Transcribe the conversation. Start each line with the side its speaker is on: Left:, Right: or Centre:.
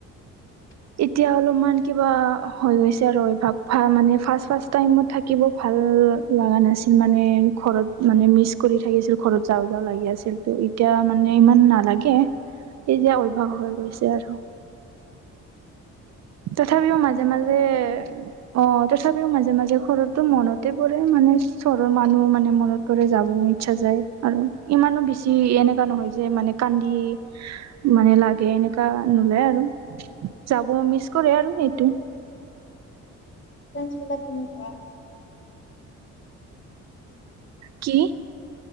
Right: এতিয়া অলপমান কিবা হৈ গৈছে আৰু অভ্যাস মানে ফাষ্ট টাইমত থাকিব ভাল লগা নাছিল মানে ঘৰত মানে মিচ কৰি থাকিছিল ঘৰত যাওঁ যাওঁ লাগি আছিল ত এতিয়া মানে ইমান নালাগে এতিয়া অভ্যাস হৈ গৈছে আৰু তথাপিও
Left: ফাৰ্ষ্ট টাইমত
Right: মাজে মাজে
Left: হয়ে
Right: অ তথাপিও মাজে মাজে ঘৰতটো মনতে পৰে মানে চহৰৰ মানুহ মানে মনত পৰে যাবও ইচ্ছা যায় আৰু ইমানো বেছি এনেকা নহয় যে মানে কান্দি মানে লাগে এনেকা নোলাই আৰু যাব মিচ কৰে আৰু এইটো
Left: ফ্ৰেনচ বিলাক কেনেকুৱা
Right: কি